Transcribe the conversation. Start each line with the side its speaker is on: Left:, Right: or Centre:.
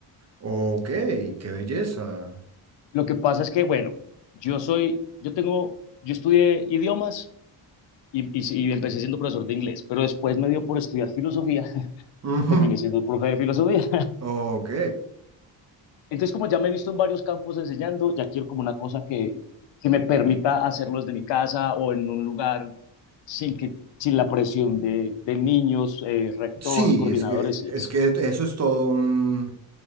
Right: Ok, qué belleza.
Left: Lo que pasa es que, bueno, yo soy, yo tengo, yo estudié idiomas, y, y, y, empecé siendo profesor de inglés, pero después me dio por estudiar filosofía, <laughs>
Right: <laughs> Ujú,
Left: terminé siendo profe de filosofía.
Right: Ok.
Left: Entonces, como ya me he visto en varios campos enseñando, ya quiero como una cosa que, que me permita hacerlo desde mi casa o en un lugar sin que, sin la presión de, de niños, eh, rector,
Right: Sí,
Left: coordinadores
Right: es que,
Left: y eso.
Right: es que eso es todo un,